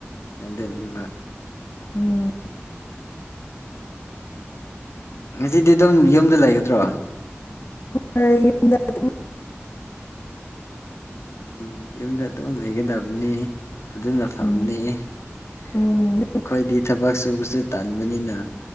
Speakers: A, on the left; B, on the left.
A: ꯑꯩꯗꯅꯤꯕ
B: ꯎꯝ
A: ꯉꯁꯤꯗꯤ ꯑꯗꯨꯝ ꯌꯨꯝꯗ ꯂꯩꯒꯗ꯭ꯔꯣ
B: ꯍꯣꯏꯣꯏ ꯌꯨꯝꯗꯒꯗꯤ
A: ꯎꯝ ꯎꯝ ꯌꯨꯝꯗ ꯑꯗꯨꯝ ꯂꯩꯒꯗꯕꯅꯤ ꯑꯗꯨꯅ ꯐꯕꯅꯤ
B: ꯎꯝ
A: ꯑꯩꯈꯣꯏꯗꯤ
B: ꯎꯝ
A: ꯊꯕꯛ ꯁꯨꯕꯁꯨ ꯇꯟꯥꯟꯕꯅꯤꯅ